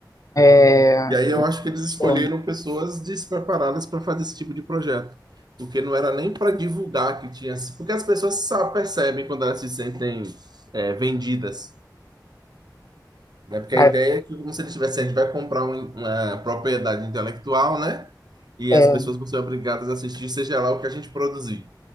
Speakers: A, on the left; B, on the right.
A: É
B: E aí eu acho que eles escolheram
A: pô,
B: pessoas despreparadas para fazer esse tipo de projeto, porque não era nem para divulgar que tinha, porque as pessoas sa- percebem quando elas se sentem é, vendidas, né? Porque
A: cara,
B: a ideia é que como se eles tivessem, a gente vai comprar um- uma propriedade intelectual, né? E
A: é,
B: as pessoas vão ser obrigadas a assistir, seja lá o que a gente produzir.